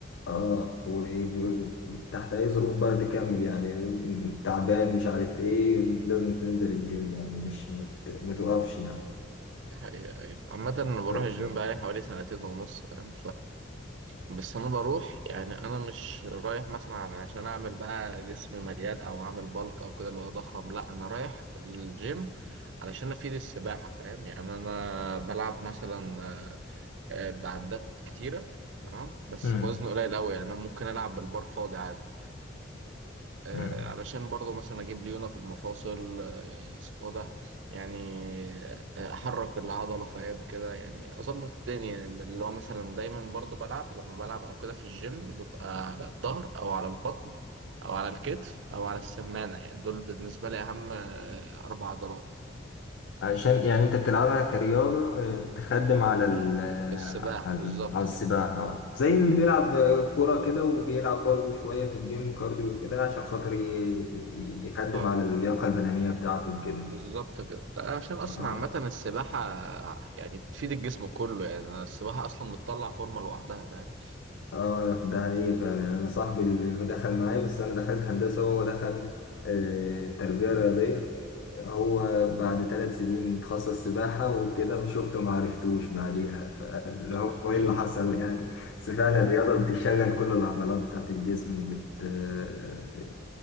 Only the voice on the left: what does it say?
اه وتحت أي ظروف بقى تكمل يعني تعبان مش عارف ايه لازم تنزل الجيم يعني مش ما ت- ما تقفش يعني
آه،
طب
مم.
مم.
عشان يعني انت بتلعبها كرياضة اه، تخدم على ال آه،
على
على السباحة
اه. زي اللي بيلعب اه، كورة كده وبيلعب برضو شوية في الجيم كارديو كده عشان خاطر ي- ي- يخدم
على اللياقة البدنية بتاعته وكده
اه.
اه انا في ده حقيقي فعلا يعني انا صاحبي اللي دخل معايا بس انا دخلت هندسه وهو دخل آه، تربيه رياضيه هو بعد ثلاث سنين اتخصص سباحه وكده شفته ما عرفتوش بعديها فاللي هو
ايه اللي حصل يعني بس فعلا الرياضه بتشغل كل العضلات بتاعت الجسم وبت آه،